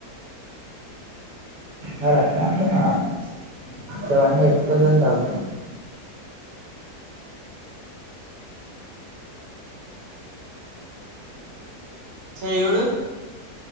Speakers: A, on the right; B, on the right.
A: మరి అట్నే అనుకున్న
B: <inaudible>
A: గవన్ని ఎట్ల దింటం
B: ఓసారి చూడు